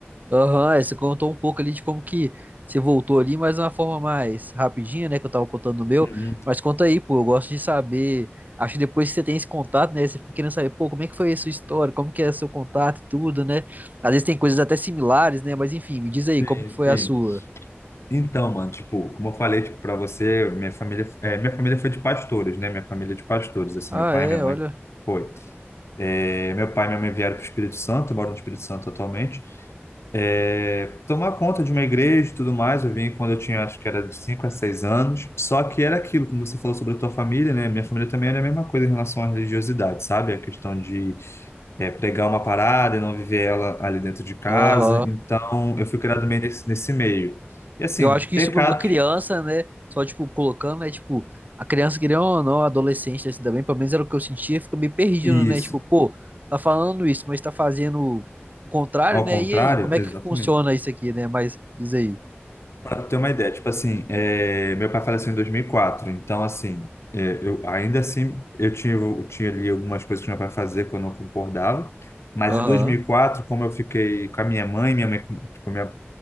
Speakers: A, on the right; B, on the left.
A: aham, é, você contou um pouco ali de como que você voltou ali, mas de uma forma mais rapidinha, né, que eu tava contando no meu.
B: Uhum.
A: Mas conta aí, pô, eu gosto de saber. Acho que depois que você tem esse contato, né, você fica querendo saber, pô, como é que foi a sua história, como que é seu contato e tudo, né? Às vezes tem coisas até similares, né, mas enfim, me diz aí,
B: Sim,
A: como que foi
B: sim.
A: a sua?
B: Então, mano, tipo, como eu falei, tipo, para você, minha família, é, minha família foi de pastores, né? Minha família é de pastores, assim,
A: Ah,
B: meu pai
A: é,
B: e minha mãe
A: olha.
B: foi. É, meu pai e minha mãe vieram pro Espírito Santo, moram no Espírito Santo atualmente. é, tomar conta de uma igreja e tudo mais. Eu vim quando eu tinha, acho que era de 5 a 6 anos. Só que era aquilo, como você falou sobre a tua família, né? Minha família também era a mesma coisa em relação à religiosidade, sabe? A questão de é, pregar uma parada e não viver ela ali dentro de casa.
A: Aham.
B: Então, eu fui criado meio nesse, nesse meio. E assim,
A: Eu acho que
B: pecados,
A: isso para uma criança, né? Só, tipo, colocando, né? Tipo, a criança, querendo ou não, adolescente, assim, também, pelo menos era o que eu sentia, fica meio perdido,
B: e
A: né?
B: isso,
A: Tipo, pô, tá falando isso, mas tá fazendo o contrário,
B: ao
A: né?
B: contrário,
A: E aí, como é que
B: exatamente.
A: funciona isso aqui, né? Mas diz aí.
B: Para tu ter uma ideia, tipo assim, é, meu pai faleceu em 2004, então assim, é, eu ainda assim eu tinha, eu tinha ali algumas coisas que meu pai fazia que eu não concordava, mas
A: Aham,
B: em 2004, como eu fiquei com a minha mãe, minha mãe com- tipo, minha,